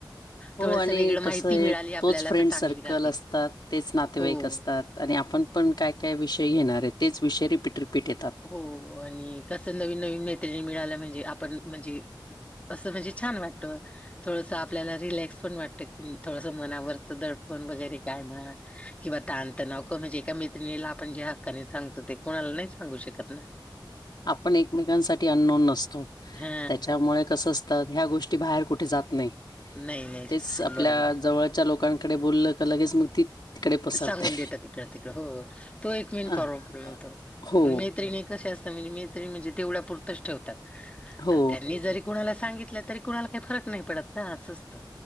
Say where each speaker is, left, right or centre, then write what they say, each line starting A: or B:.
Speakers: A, on the left; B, on the left.
A: हो
B: थोडस
A: आणि
B: वेगळं माहिती
A: कसं आहे
B: मिळाली आपल्याला
A: तोच फ्रेंड
B: तर चांगली
A: सर्कल
B: राहते
A: असतात तेच नातेवाईक
B: हो
A: असतात आणि आपण पण काय काय विषय घेणार आहेत तेच विषय रिपीट रिपीट येतात.
B: हो आणि कसं नवीन नवीन मैत्रिणी मिळालं म्हणजे आपण म्हणजे असं म्हणजे छान वाटतं. थोडंसं आपल्याला रिलॅक्स पण वाटतं की थोडंसं मनावरचं दडपण वगैरे काय म्हणा. किंवा ताणतणाव म्हणजे एका मैत्रिणीला आपण ज्या हक्काने सांगतो ते कुणाला नाही सांगू शकत ना.
A: आपण एकमेकांसाठी अन्नोन नसतो
B: हा
A: त्याच्यामुळे कस असत ह्या गोष्टी बाहेर कुठे जात नाही.
B: नाही, नाही.
A: तेच आपल्या
B: बरोबर आहे.
A: जवळच्या लोकांकडे बोललं का लगेच मग ती तिकडे पसरते.
B: सांगून देतात हिकडं, तिकडं, हो तो एक मेन
A: अ,
B: प्रोब्लेम
A: अ,
B: होतो.
A: हो,
B: पण मैत्रिणी कसे असतात म्हणजे मैत्रिणी म्हणजे तेवढ्या पुरतच ठेवतात
A: हो.
B: त्यांनी ज कुणाला सांगितलं तरी कुणाला काही फरक नाही पडत ना असं असत.